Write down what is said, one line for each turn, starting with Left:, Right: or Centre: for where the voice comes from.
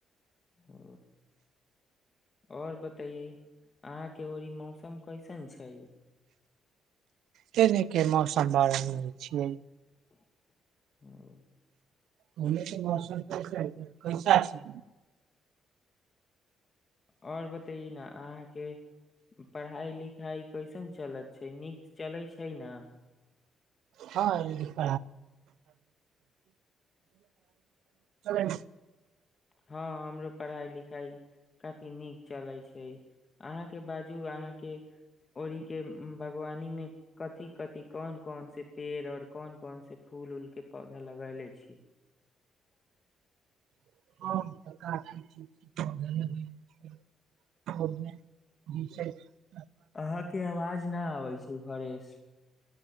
Left: ओ आओर बतइए अहाँके ओड़ ई मौसम कैसन छै
Right: की नहि, केहन सम्भव अछि
Left: ह
Right: होल मसर कस कैसा छिय
Left: आओर बतैै ने अहाँके पढ़ाइ लिखाइ कैसन चलैत छै नीक चलैत छै ने
Right: हँ प <unintelligible>
Left: हँ हमर पढ़ाई लिखाई काफी नीक चलै छै अहाँक ओहि दिसक बागवानीमे कथी-कथी छै? कोन-कोन गाछ लगौने छी आ कोन-कोन फूलक पौधा लगौने छी? फल-फूल आ तरकारीक पौधो लगौने छी कि नहि? सभटा तनि विस्तार सँ बताउ ने।
Right: ह त
Left: अहाँके आवाज न आबै छै फ्रेश